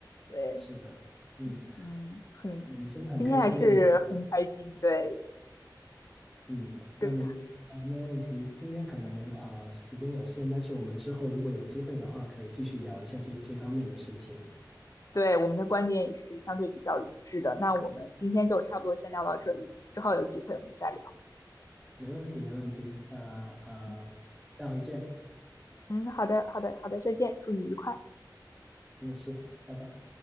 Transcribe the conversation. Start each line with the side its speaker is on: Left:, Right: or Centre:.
Left: 对，
Centre: 是的，嗯
Left: 嗯，很，
Centre: 嗯，真的很开心跟你。
Left: 今天还是很开心，对，
Centre: 嗯，那没啊、
Left: 对
Centre: 没问题。今天可能啊、呃时间有限，但是我们之后如果有机会的话，可以继续聊一下这这方面的事情。
Left: 对，我们的观点也是相对比较一致的。那我们今天就差不多先聊到这里，之后有机会我们再聊。
Centre: 没问题，没问题。那啊、
Left: 嗯，
Centre: 呃下回见，
Left: 嗯好的，好的，好的，再见，祝你愉快。
Centre: 你也是，拜拜。